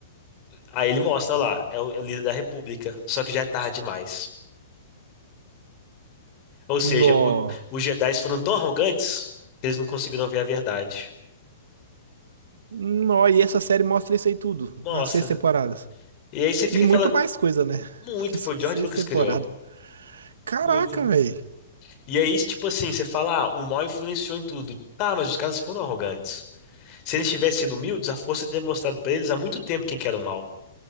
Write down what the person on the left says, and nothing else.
Aí ele mostra olha lá, é o, é o líder da República, só que já é tarde demais. Ou seja,
o- os Jedi foram tão arrogantes que eles não conseguiram ver a verdade.
Mostra.
E aí você fica
aquela.
Muito,
foi
o George
Lucas
que criou.
Muito.
E aí, tipo assim, você fala, ah, o mal influenciou em tudo. Tá, mas os caras foram arrogantes. Se eles tivessem sido humildes, a força teria mostrado pra eles há muito tempo quem que era o mal.